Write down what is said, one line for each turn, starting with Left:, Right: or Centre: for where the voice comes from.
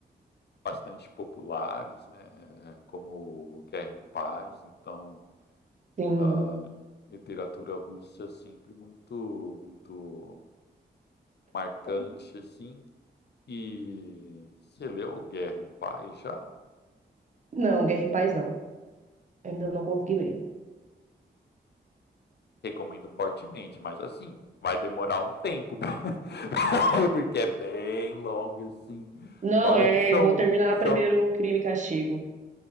Left: bastante populares, né, como Guerra e Paz, então
Right: sim.
Left: a literatura russa é sempre muito, muito marcante, assim. E você leu Guerra e Paz já?
Right: Não, Guerra e Paz não. Ainda não consegui ler.
Left: Recomendo fortemente, mas assim, vai demorar um tempo, <laughs> porque é bem longa, assim.
Right: Não,
Left: Fora
Right: é,
Left: que são,
Right: eu vou terminar
Left: são
Right: primeiro o Crime e Castigo.